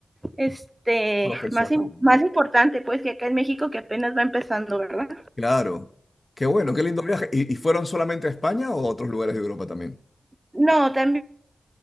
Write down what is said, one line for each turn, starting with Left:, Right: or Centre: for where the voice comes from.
Right: este
Left: Profesional,
Right: más más
Left: ¿no?
Right: importante pues que acá en México que apenas va empezando, ¿verdad?
Left: Claro. Qué bueno, qué lindo viaje. ¿Y, y fueron solamente a España o a otros lugares de Europa también?
Right: No, también